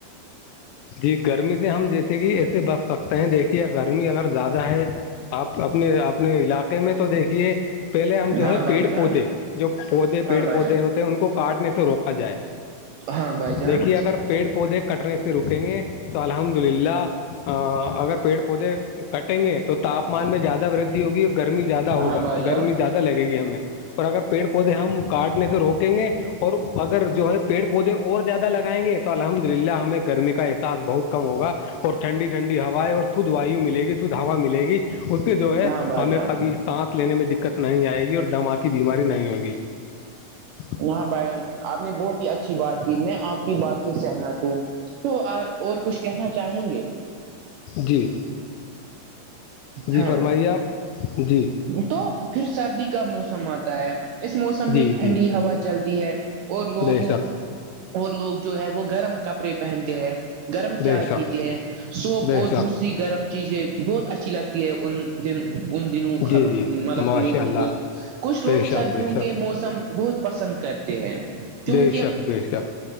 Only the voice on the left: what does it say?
جی گرمی سے ہم جیسے کہ ایسے بچ سکتے ہیں دیکھیے گرمی اگر زیادہ ہے آپ اپنے اپنے علاقے میں تو دیکھیے پہلے ہم جو
ہے
پیڑ
پودے جو پودے پیڑ
پودے
ہوتے ان کو کاٹنے سے روکا جائے
دیکھیے اگر پیڑ پودے کٹنے سے روک رکیں گے تو الحمد للہ اگر پیڑ پودے کٹیں گے تو تاپمان میں زیادہ ودھی ہوگی گرمی زیادہ ہوگا
گرمی
زیادہ لگے گی ہمیں اور اگر پیڑ پودے ہم کاٹنے سے روک کہیں گے اور اگر جو ہے پیڑ پودے اور زیادہ لگائیں گے تو الحمد للہ ہمیں گرمی کا احساس بہت کم ہوگا اور ٹھنڈی ٹھنڈی ہوایں اور شدھ واو مل گی شدھ ہوا مل گی سے جو
ہے
ہمیں
کبھی سانس لینے میں دقت نہیں آئے گی اور دما کی بیماری نہیں ہوگی جی جی
جی جی
فرمائیے آپ جی
جی
جی
بے شک
بے
شک
بے
شک
جی
جی
ماشاء
اللہ
بے شک
بے شک
بے شخ بے شخ